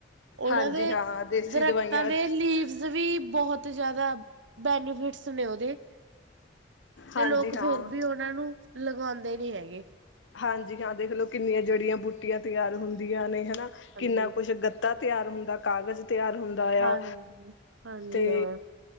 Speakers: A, on the right; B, on the left.
A: ਉਹਨਾਂ
B: ਹਾਂਜੀ
A: ਦੇ
B: ਹਾਂ ਦੇਸੀ
A: ਦਰਖਤਾਂ
B: ਦਵਾਈਆਂ
A: ਦੇ ਲੀਵਸ ਵੀ ਬਹੁਤ ਜਿਆਦਾ ਬੈਨੀਫਿਟਸ ਨੇ ਉਹਦੇ ਤੇ
B: ਹਾਂਜੀ
A: ਲੋਕ
B: ਹਾਂ
A: ਫੇਰ ਵੀ ਉਹਨਾਂ ਨੂੰ ਲਗਾਉਂਦੇ ਨੀ ਹੈਗੇ
B: ਹਾਂਜੀ ਹਾਂ ਦੇਖ ਲਓ ਕਿੰਨੀਆਂ ਜੜੀਆਂ ਬੂਟੀਆਂ ਤਿਆਰ ਹੁੰਦੀਆਂ ਨੇ ਹਨਾ
A: ਹਾਂਜੀ।
B: ਕਿੰਨਾ ਕੁਛ ਗੱ ਤਾ ਤਿਆਰ ਹੁੰਦਾ ਕਾਗਜ਼ ਤਿਆਰ ਹੁੰਦਾ
A: ਹਾਂਜੀ
B: ਆ
A: ਹਾਂਜੀ
B: ਤੇ
A: ਹਾਂ